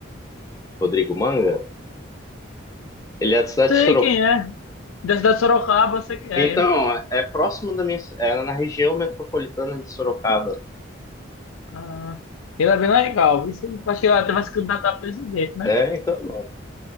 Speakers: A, on the left; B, on the left.
A: Rodrigo Manga. Ele é da cidade
B: Sei
A: de Sorocaba.
B: quem é. Da cidade de Sorocaba, eu sei quem é
A: Então,
B: ele.
A: é é próximo da minha. ci- É na região metropolitana de Sorocaba.
B: Ah, ele é bem legal. Isso aí, Acho que ele até vai se candidatar a presidente, né?
A: É, então, mano,